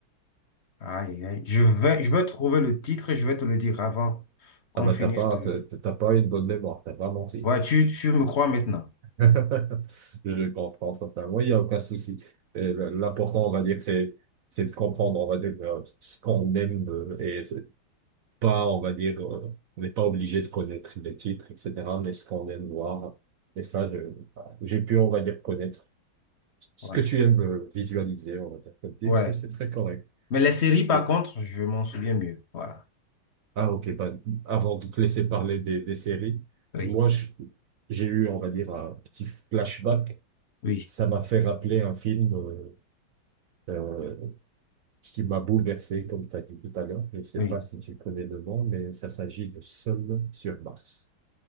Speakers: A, on the left; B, on the right.
A: aïe, aïe, aïe. Je vais, je vais trouver le titre et je vais te le dire avant qu'on
B: Ah bah,
A: finisse
B: t'as pas,
A: de...
B: t'as t'as pas une bonne mémoire, t'as pas menti.
A: Ouais, tu, tu me crois maintenant.
B: <laughs> Je le comprends totalement, il n'y a aucun souci. Euh, L'important, on va dire, c'est, c'est de comprendre, on va dire, euh, ce qu'on aime euh, et pas, on va dire, euh, on n'est pas obligé de connaître les titres, etc., mais ce qu'on aime voir. Et ça, je- voilà, j'ai pu, on va dire, connaître ce
A: Ouais,
B: que tu aimes euh, visualiser, on va dire, comme film,
A: ouais.
B: c'est c'est très correct.
A: Mais les séries, par
B: Oui.
A: contre, je m'en souviens mieux. Voilà.
B: Ah, ok, bah, avant de te laisser parler des, des séries,
A: Oui,
B: moi, je- j'ai eu, on va dire, un petit flashback.
A: oui,
B: Ça m'a fait rappeler un film euh, euh, qui m'a bouleversé, comme tu as dit tout à l'heure. Je ne sais
A: oui.
B: pas si tu connais le nom, mais ça s'agit de Seul sur Mars.